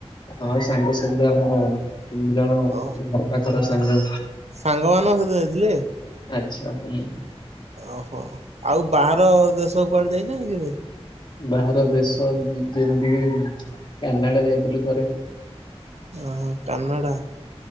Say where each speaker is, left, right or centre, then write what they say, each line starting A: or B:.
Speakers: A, on the left (about 45°); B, on the right (about 80°).
A: ହଁ ସାଙ୍ଗ ସହିତ ଆମର ତିନ୍ ଜଣ
B: ଓ
A: ମୋ ଘର ପାଖର ସାଙ୍ଗ
B: ସାଙ୍ଗମାନଙ୍କ ସହିତ ଯାଇଥିଲେ
A: ଆଚ୍ଛା ହୁଁ।
B: ଅହ ଆଉ ବାହାର ଦେଶ କୁଆଡ଼େ ଯାଇଚନ୍ତି କେବେ?
A: ଉଁ ବାହାର ଦେଶ ଯେମିତି କିି କାନାଡ଼ା ଯାଇଥିଲୁ ଥରେ।
B: ଅହ କାନାଡ଼ା